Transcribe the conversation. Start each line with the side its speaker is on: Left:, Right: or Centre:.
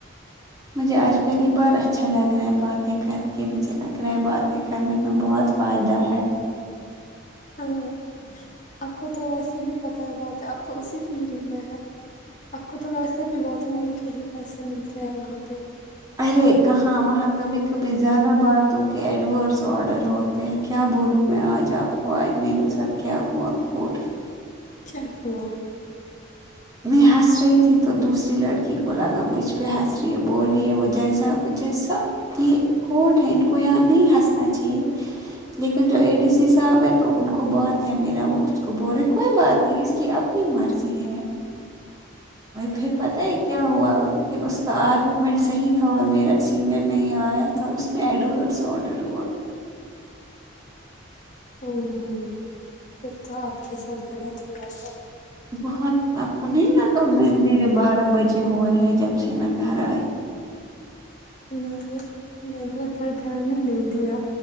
Right: مجھے آج پہلی بار اچھا لگ رہا ہے بات بے کار کے مجھے لگ رہا ہے باتیں کرنے میں بہت فائد ہے
Left: ہاں آپ کو تو ویسے بھی پتہ ہے بات ہے اب تو اسی فیلڈ میں ہے آپ کو تو ویسے باتوں کے ہی پیسے ملتے ہیں وہاں پہ
Right: ارے کہاں وہاں کبھی کبھی زیادہ بات ہو کہ ایڈورس آڈر ہوت کیا بولوں میں آج آپ کو آج میرے ساتھ کیا ہوا کورٹ میں
Left: کیا ہوا
Right: میں ہنس رہی تھی تو دوسری لڑکی کو لگا مجھ پہ ہنس رہی ہے بول رہی ہے وہ جیسا اپکو جیسا یہ کورٹ ہے ان کو یہاں نہیں ہنسنا چاہیے لیکن جو اے ڈی سی صاحب ہے تو ان کو بہت ہے میرا وہ اس کو بولے کوئی بات نہیں اس کی اپنی مرضی ہے پھر پتہ ہے کیا ہوا لیکن اس کا آرگومنٹ صحیح تھا اور میرا سینئر نہیں آیا تھا اس اییڈورس آڈر ہوا
Left: امم پھر تو آپ کے ساتھ غلط ہوا ہے
Right: بہت آپ کو نہیں لگا میں میرے بارہ بجے ہوئے ہیں جب سے میں گھر آئی
Left: میں نے میں نے اتنا دھیان ہی نہیں دیا